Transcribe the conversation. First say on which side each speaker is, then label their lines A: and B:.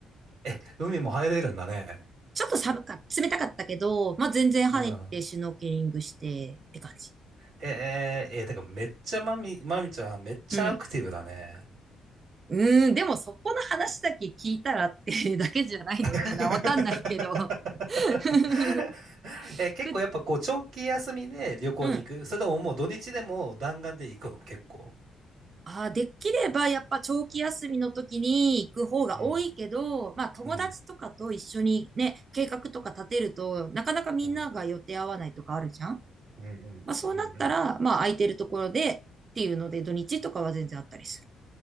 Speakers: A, on the right; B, on the right.
A: え、海も入れるんだね。
B: ちょっと寒か、冷たかったけど、まあ、全然入ってシュノーケリングしてって感じ。
A: うん。えええー、てかめっちゃまみ、まみちゃんめっちゃアクティブだね。
B: うん。うーん、でもそこの話だけ聞いたらってだけじゃないのかなわかんないけど。
A: <laughs>
B: <laughs>
A: え結構やっぱこう長期休みで旅行に行くそれとももう土日でも弾丸で行くの結構。
B: ふ、うん。あー、できればやっぱ長期休みの時に行く方が多いけど、
A: うん、
B: まあ友達とかと一緒にね、
A: うん、
B: 計画とか立てると、なかなかみんなが予定合わないとかあるじゃん
A: うん、うん、うん、
B: まあそうなったら、
A: うん。うん
B: まあ空いてるところでっていうので土日とかは全然あったりす